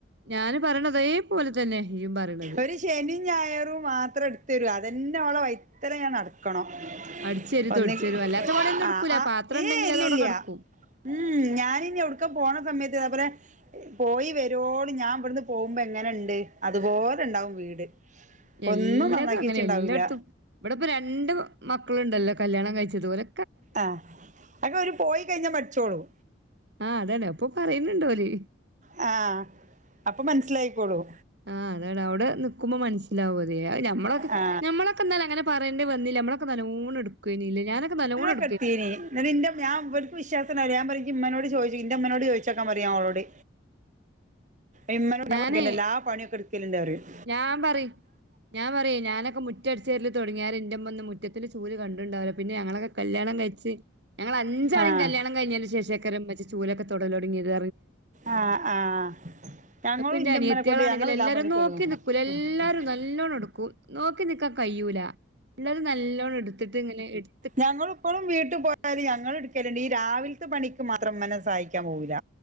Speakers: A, on the right (about 55°); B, on the right (about 40°).
A: ഞാന് പറയണതേ പോലെ തന്നെ ഇയ്യും പറയണത്
B: ഒരു ശനി ഞായറും മാത്രം എടുത്തരും അതെന്നെ ഓളെ വൈത്തലെ ഞാൻ നടക്കണം
A: അടിച്ചേരി
B: ഒന്നെങ്കി
A: തൊടിച്ചേരും അല്ലാത്ത പണിയൊന്നും എടുക്കൂല
B: ആ ആ
A: പാത്രം
B: ഏ
A: ഉണ്ടെങ്കിൽ
B: ഇല്ലില്യ
A: അതവിടെ കടക്കും
B: ഉം ഞാനിനി എവിടുക്ക പോണ സമയത്ത് അതെപോലെ പോയി വരോളം ഞാൻ അവിട്ന്ന് പോവുമ്പോ എങ്ങനെണ്ട് അതുപോലെണ്ടാവും വീട് ഒന്നും
A: എല്ലാതും
B: നന്നാക്കി
A: അങ്ങനെ
B: വെച്ചിണ്ടാവൂല
A: എല്ലാട്ത്തും ഇവിടെ ഇപ്പ രണ്ട് മക്കളുണ്ടല്ലോ കല്യാണം കഴിച്ചതോരെ
B: ആ അക്കെ ഒര് പോയി കഴിഞ്ഞാ പഠിച്ചോളും
A: ആ അതാണ് അപ്പൊ പറയ്ണ് ണ്ടോര്
B: ആ അപ്പൊ മനസ്സിലായിക്കോളും
A: ആ അതണ് അവിടെ നിക്കുമ്പോ മനസ്സിലാവും അതോ ഞമ്മളൊക്കെ
B: ആ
A: ഞമ്മളൊക്കെ എാന്നാലും അങ്ങനെ പറയേണ്ടി വ ന്നില്ല നമ്മളൊക്കെ നല്ലോണ എടുക്കെനിലെ ഞാനൊക്കെ നല്ലൊണെടു
B: നെടുക്കെഞ്ഞി ന്നട്ട് ന്റെ ഞാ ഇവല്ക്ക് വിശ്വാസം ഞാൻ പറയും ഇയ്യ് ഇമ്മനോട് ചോദിചോ ഇന്റെമ്മനോട് ചോയിച്ചോക്കാൻ പറയും ഞാനൊളോട് ഇമ്മനെ
A: ഞാന്
B: <inaudible> എല്ലാ പണിയൊക്കെ എടുക്കലിണ്ടെറിയും
A: ഞാൻ പറയും ഞാൻ പറയും ഞാനൊക്കെ മുറ്റടിചവാരൽ തുടങ്ങിയാരെ ന്റെ മ്മന്നും മുറ്റത്തിൽചൂൽ കണ്ട്ണ്ടാവൂല പിന്നെ ഞങ്ങളൊക്കെ കല്യാണം കയിഞ്ഞാരെ ച്ചി ഞങ്ങളെ അഞ്ചാളിം
B: ആഹ്
A: കല്യാണം കഴിഞ്ഞേന്റെ ശേഷക്കാരം ഇമ്മച്ചി ചൂലൊക്കെ തൊടലൊട്ങ്ങിത്
B: ആഹ് ആഹ് ഞങ്ങളും
A: ഇപ്പൊ
B: ഇന്റെ
A: അനിയത്തിയാളാണെങ്കില്
B: ഇമ്മനെക്കൊണ്ട് ഞങ്ങള് എല്ലാ
A: എല്ലാരും
B: പണി <unintelligible>
A: നോക്കി നിക്കൂല എല്ലാരും നല്ലോണം എടുക്കും നോക്കി നിക്കാൻ കയ്യൂലാ ഇള്ളത് നല്ലോണെട്ത്തിട്ട് ഇങ്ങനെ എട്
B: ഞങ്ങളും ഇപ്പളും വീട്ട് പോയാല് ഞങ്ങള് ഇട്ക്കല്ണ്ട് ഈ രാവില്ത്തെ പണിക്ക് മാത്രം ഇമ്മനെ സഹായിക്ക്യാ ൻ പോവൂല